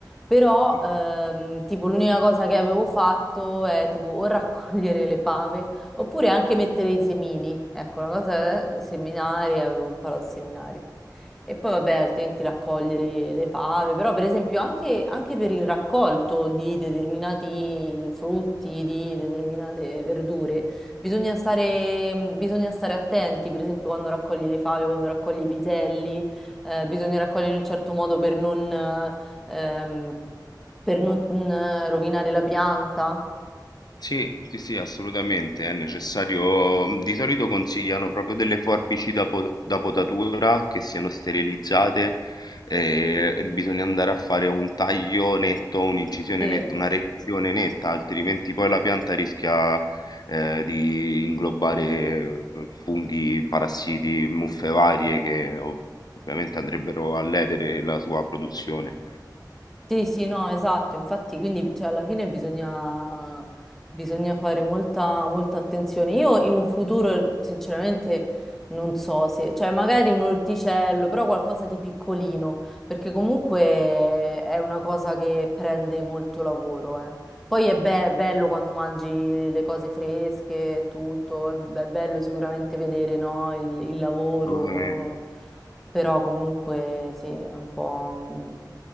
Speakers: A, in the centre; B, on the left.
A: Però,
B: mhm.
A: ehm, tipo, l'unica cosa che avevo fatto è tipo o raccogliere le fave oppure anche mettere i semini. Ecco, una cosa è seminari, avevo imparato a seminare. E poi, vabbè, altrimenti raccogliere le fave. Però, per esempio, anche, anche per il raccolto di determinati frutti, di determinate verdure, bisogna stare, bisogna stare attenti. Per esempio, quando raccogli le fave, quando raccogli i piselli, eh, bisogna raccogliere in un certo modo per non. eh, ehm, per non mm, rovinare la pianta.
B: Sì, sì, sì, assolutamente, è necessario. mhmm, Di solito consigliano proprio delle forbici da, po- da potatura che siano sterilizzate eh, e bisogna andare a fare un taglio netto, un'incisione
A: Sì.
B: netta, una recisione netta, altrimenti poi la pianta rischia eh, di inglobare eh, funghi, parassiti, muffe varie che ov- ovviamente andrebbero a ledere la sua produzione.
A: Sì, sì, no, esatto, infatti, quindi cioè, alla fine bisogna, bisogna fare molta, molta attenzione. Io in un futuro, sinceramente, non so se, cioè magari un orticello, però qualcosa di piccolino, perché comunque è una cosa che prende molto lavoro, eh. Poi è be- bello quando mangi le cose fresche e tutto, è, be- è bello sicuramente vedere, no, il, il lavoro,
B: Assolutamente.
A: però comunque sì, è un po'... mm,